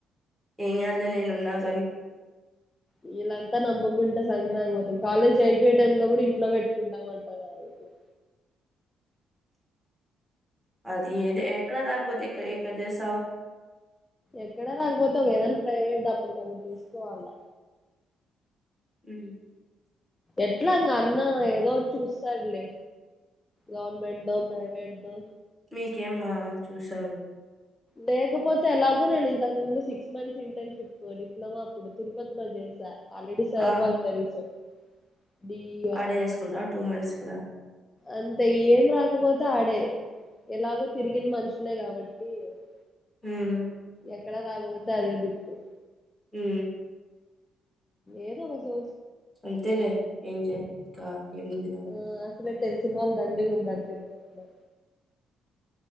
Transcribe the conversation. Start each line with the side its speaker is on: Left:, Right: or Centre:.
Centre: ఏం కాదు లే నేను ఉన్న కానీ
Left: వీళ్ళంతా నమ్ముకుంటే సంకనాకిపోతం, కాలేజీ అయిపోయే టై లో కూడా ఇంట్లో పెట్టుకుంటాం అంటన్నారు ఇట్లు
Centre: అది ఏది ఎక్కడ రాకపోతే ఎ ఎక్కడ చేస్తావు
Left: ఎక్కడ రాకపోతే ఒగా ఏదనా ప్రైవేట్ డబ్బ అప్పుడుకు అప్పుడు చుసుకోవాల
Centre: హు
Left: ఎట్లాంగా అన్న ఏదో ఒకటి చూస్తాడులే గవర్నమెంట్ దో ప్రైవేట్ దో
Centre: మీకేమ్మా చూసారు
Left: లేకపోతే ఎలాగో నేను ఇంతకు ముందు సిక్స్ మంత్స్ ఇంటర్న్షిప్ డిప్లొమా అప్పుడు తిరుపతిలో చేసా ఆల్రెడీ సార్
Centre: ఆ
Left: వాళ్ళు తెలుసు డిఈ
Centre: ఆడే చేసుకుంటావ టూ మంత్స్ కూడా
Left: అంత ఏం రాకపోతే ఆడే ఎలాగో తిరిగిన మనుషులే కాబట్టి <unintelligible>
Centre: హ్మ్
Left: ఎక్కడ రాకపోతే అదే దిక్కు
Centre: హ్మ్
Left: ఏదో వసు
Centre: అంతేలే ఏంజ త ఏ ముందు ల
Left: ఆ తెలిసిన వాళ్లు దండిగా ఉన్నారు తిరుపత లో